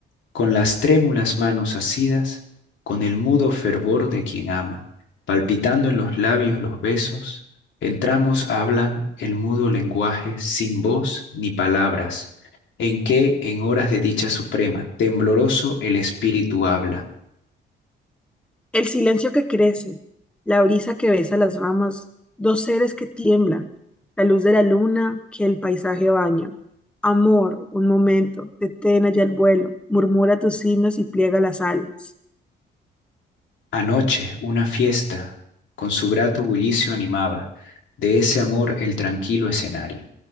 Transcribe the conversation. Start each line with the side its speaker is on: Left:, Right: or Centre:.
Left: con las trémulas manos asidas, con el mudo fervor de quien ama, palpitando en los labios los besos, entramos hablan el mudo lenguaje sin voz ni palabras, en que en horas de dicha suprema, tembloroso el espíritu habla
Centre: El silencio que crece, la brisa que besa las ramas, dos seres que tiemblan, la luz de la luna que el paisaje baña. Amor, un momento, detén allá el vuelo, murmura tus himnos y pliega las alas.
Left: Anoche una fiesta con su grato bullicio animaba de ese amor el tranquilo escenario.